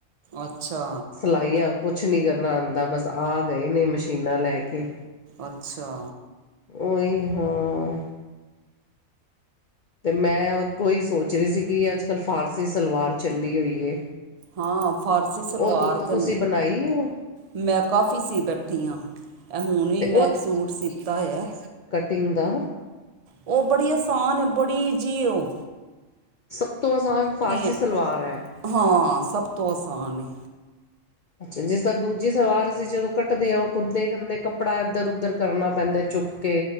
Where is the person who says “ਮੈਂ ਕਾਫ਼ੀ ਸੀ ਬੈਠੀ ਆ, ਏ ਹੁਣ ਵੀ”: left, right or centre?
Right